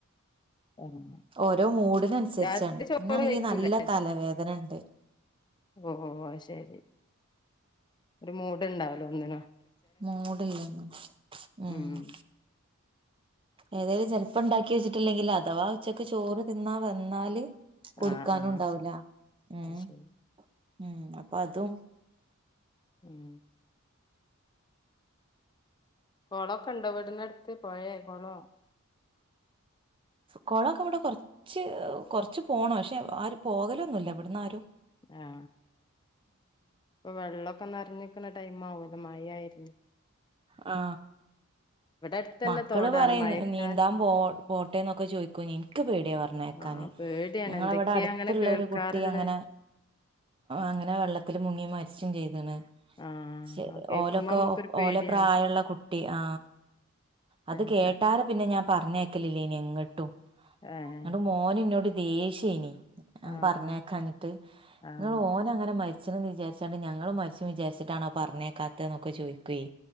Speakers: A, on the left; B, on the right.
A: ആഹ്
B: ഓരോ മൂഡിനൻസര്ച്ചാണ്
A: രാത്രി ചോറ്
B: ഇന്നാണെങ്കി
A: കഴിക്കൂലേ
B: നല്ല തലവേദന ണ്ട്
A: ഓ ഓ അഅ് ശെരി ഒര് മൂട്ണ്ടാ ടൊന്നിനും
B: മൂടില്ലെന്നു ഉമ്
A: ഉം
B: ഏതായാലും ചെൽ ഇപ്പ ണ്ടാക്കി വെച്ചിട്ടില്ലെങ്കിൽ അഥവാ ഉച്ചക്ക് ചോറ് തിന്നാ വന്നാല് കൊടുക്കാനുണ്ടാവൂല
A: ആഹ് ആഹ്
B: ഉമ്
A: അത് ശരി
B: ഉം അപ്പൊ അതും
A: ഉം കൊള കണ്ടോ വീടിനട്ത്ത് പോയേ കൊളോ
B: കൊളൊക്കെ വടെ കൊർച്ച് കൊറ്ച്ച് പോണം ക്ഷെ ആര് പോകലൊന്നുല്ല ഇവിട്ന്നാരും
A: ആ ഇപ്പ വെള്ള ഇപ്പ നർഞ്ഞിക്ക്ണ ടൈംമാവൊല്ലോ മയായിരുന്ന്
B: ആ
A: അടുത്തന്നെ
B: മക്കള്
A: തോടാണ്
B: പറയുന്ന്‌
A: മഴക്കാല
B: നീന്താൻ പോ പോട്ടെ ന്നൊക്കെ ചോയ്ക്കൂഞ്ഞ് ഇൻക്ക് പേട്യാ പർഞ്ഞേക്കാന്
A: ആഹ് പേടിയാണ്
B: ഞങ്ങളവടെ
A: എന്തൊക്കെയാ
B: അട്ത്ത്ള്ള
A: അങ്ങനെ കേൾക്കാറുള്ളെ
B: ഒരു കുട്ടി അങ്ങനെ അങ്ങനെ വെള്ളത്തില് മുങ്ങി മരിച്ചും ചെയ് <unintelligible>
A: ആഹ് അത് കേക്കുമ്പോ
B: ഓലക്കൊ
A: നമ്മുക്കൊരു പേടിയാണ്
B: ഓല പ്രായുള്ള കുട്ടി ആ അത്
A: ഏഹ്
B: കേട്ടാല് പിന്നെ ഞാൻ പറഞ്ഞേക്കലില്ലേ ഇനിയെങ്ങട്ടും
A: ഏഹ്
B: അന്റ മോനിന്നോട് ദേഷേനി നാൻ
A: ആഹ്
B: പറഞ്ഞേക്കഞ്ഞിട്ട്
A: ആഹ്
B: ഇങ്ങ ഓനങ്ങന മരി സെലന്ന് വിചാരിച്ചാണ് ഞങ്ങളും മേസിമം വിചാരിച്ചിട്ടാണോ പറഞ്ഞേക്കാത്തെന്ന് ചോയിക്കുവേ